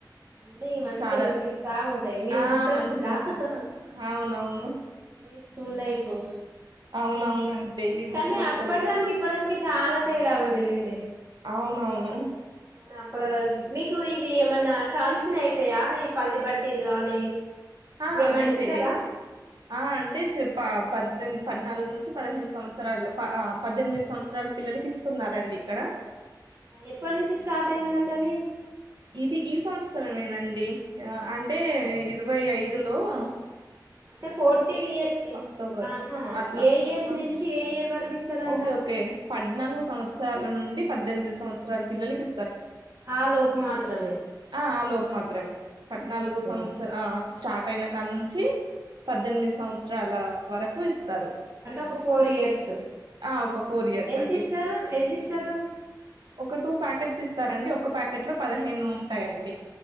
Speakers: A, on the right; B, on the right.
A: అన్నీ మంచిగా
B: చాలా
A: వినిపిస్తా ఉంటాయి మీరు
B: ఆ
A: గుర్తొచ్చిందా
B: మంచిగా వినిపిస్తుంది
A: హా హ హ
B: అవునవును
A: మీ స్కూలైఫు
B: అవునవునండి డైలీ గుర్తుకొస్తది
A: కానీ అప్పటి దానికి ఇప్పటి దానికి చాలా తేడా ఉంది లేండి
B: అవునవును
A: మన అప్పటి వరకు మీకు ఇ ఇవి ఏమన్నా చాసన్ అయితాయ ఈ పల్లి బట్టీలు గానీ
B: ఆ
A: ఇవేమన్నా
B: అయితయ్
A: ఇస్తారా
B: అయితయ్ ఆ అంటే చె ప పద్ పద్నాలుగు నుంచి పదిహేను సంవత్సరాలో ఆ పద్దెనిమిది సంవత్సరాల పిల్లలకి ఇస్తున్నారండి ఇక్కడ
A: ఎప్పటి నుంచి స్టార్ట్ అయిందండి అది
B: ఇది ఈ సంవత్సరంమేనండి అంటే ఇరవై ఐదులు హలో
A: అంటే ఫోర్టీన్ ఇయర్హా
B: అక్టోబర్ అట్లా
A: ఏ ఇయర్
B: ఆ!
A: నుంచి ఏ ఇయర్ వరకు ఇస్తారంట
B: ఓకే ఓకే పద్నాలుగు సంవత్సరాల నుండి పద్దెనిమిది సంవత్సరాల పిల్లలకి
A: ఆ లోపు మాత్రమే
B: ఆ లోపు మాత్రమే పద్నాలుగో
A: ఓకే
B: సంవత్సర స్టార్ట్ తైన కాళ నుంచి పద్దెనిమిది సంవత్సరాల వరకు ఇస్తారు
A: అంటే ఒక ఫోర్ ఇయర్స్
B: ఆ ఒక ఫోర్ ఇయర్స్
A: ఎంత
B: అండి
A: ఇస్తారు ఎంత ఇస్తారు
B: ఒక టూ ప్యాకెట్స్ ఇస్త స్తారండి ఒక ప్యాకెట్ లో పదిహేను ఉంటాయండి